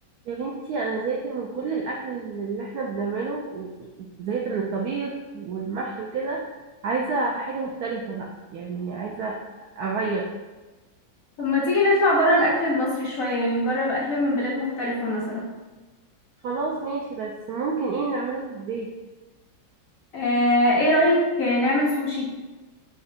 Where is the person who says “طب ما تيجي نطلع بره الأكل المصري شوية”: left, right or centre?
Left